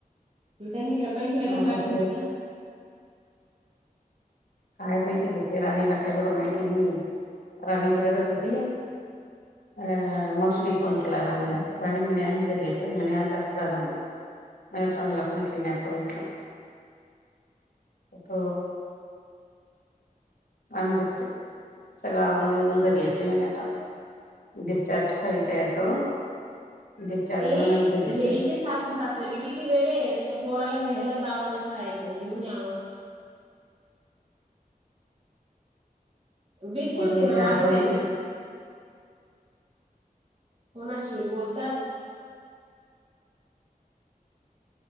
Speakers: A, on the right; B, on the left.
A: मग त्यांनी का पैसे वगैरे
B: मग आता
A: मागितलेत
B: ते
A: का.
B: काय माहिती होते राणीला काही एवढं माहिती नाही राणी बरबरच होती. अ मावशीने
A: नाही.
B: फोन केला राणीला राणी म्हणे आम्ही घरी येतोय म्हणे असं असं झालं म्हणे. माझ्या स्वामीला पण खेळणे आपण म्हटलं त. आम्ही क सगळं आवून निवून घरी येतोय म्ह आताण. डिस्चार्ज फाईल तयार करून डिस्चार्ज
A: ते
B: घेऊन आणख
A: हे
B: येतोय.
A: हिचे सासू सासरे बी किती वेळे आहेत तर पोराला घ्यायला जावं ना शाळेतून घेऊन यावं. बेतली
B: पोरग
A: होती ना
B: बी आगाव
A: मागे त्यांच्या.
B: येईल
A: कोणाशी बोलतात.